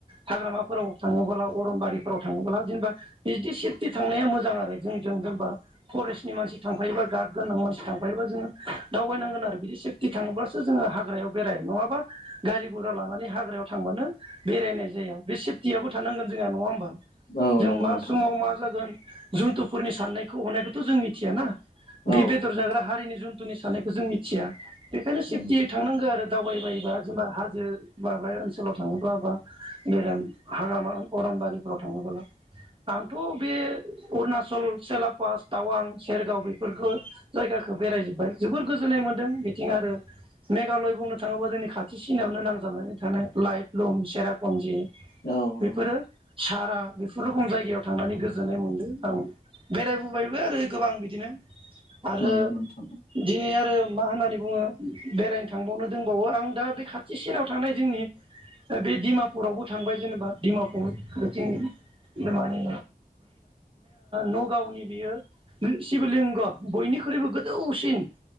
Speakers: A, on the right; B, on the left.
A: हाग्रामाफोराव थाङोब्ला अरनबारिफोराव थाङोब्ला जेनेबा बिदि सेफटि थांनाया मोजां आरो जोंजों जेनेबा फरेस्टनि मानसि थांफायोबा गार्द गोनां मानसि थांफायोबा जोङो दावबायनांगोन आरो बिदि सेफटि थाङोब्लासो जोङो हाग्रायाव बेराय नङाबा गारि गरा लानानै हाग्रायाव थांबानो बेरायनाय जाया बे सेफ्टियाबो थानांगोन जोंहा नङा होमबा।
B: औ
A: जों
B: नंगौ
A: मा
B: नोंथां
A: समाव मा जागोन जुन्थुफोरनि साननायखौ हनायखौथ' जों मिथियाना। बे
B: औ
A: बेदर जाग्रा
B: नंगौ
A: हारिनि जुन जुनथुनि साननायखौ जों मिथिया। बेखायनो सेफटियै
B: उम
A: थांनांगौ आरो दावबायबायोबा जेनेबा हाजो माबा ओनसोलाव थाङोब्ला बा बेर हाग्रामा अरनबारिफोराव थाङोब्ला आंथ' बे अरुणाचल सेलापास टावां सेरगाव बेफोरखौ जायगाखौ बेरायजोब्बाय जोबोर गोजोननाय मोन्दों बिथिं आरो मेघालय बुंनो थाङोबा जोंनि खाथिसिनायावनो नांजाबनानै थानाय लइट लं सेरापनजि
B: औ
A: बेफोरो
B: नंगौ
A: सारा बेफोर रोखोम जायगायाव थांनानै गोजोननाय मोनदों आं बेरायबोबायबो आं आरो
B: नंगौ नोंथां
A: दिनि बुङो बेरायनो थांबावनो दोनबावो आं दा बे खाथिसिनाव थानाय जोंनि बे डिमापुरावबो थांबाय जेनेबा डिमापुर बिथिं माने नगावनि बियो शिबलिंग बयनिख्रुइबो गोदौसिन